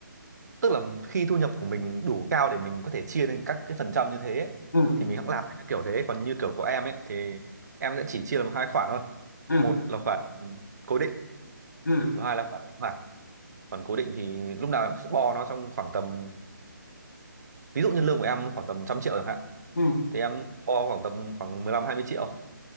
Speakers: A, on the right; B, on the left.
A: tức là khi thu nhập của mình đủ cao để mình có thể chia lên các cái phần trăm như thế ấy,
B: ừ.
A: thì mình hẵng làm theo cái kiểu thế còn như kiểu của em ấy thì em sẽ chỉ chia làm hai khoản thôi
B: ừ
A: một là khoản cố định
B: ừ
A: và hai là khoản linh hoạt khoản cố định thì lúc nào em cũng sẽ bo nó trong khoảng tầm ví dụ như lương của em khoảng tầm trăm triệu chẳng hạn
B: ừ
A: thì em bo khoảng tầm khoảng mười lăm hai mươi triệu